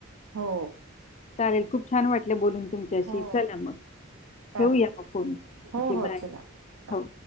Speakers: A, on the right; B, on the left.
A: हो.
B: चालेल खूप छान वाटलं बोलून. तुमच्याशी
A: हो
B: चला मग
A: चालतय
B: ठेवूया काय फोन
A: हो
B: चला
A: हो
B: बाय
A: बाय
B: हो.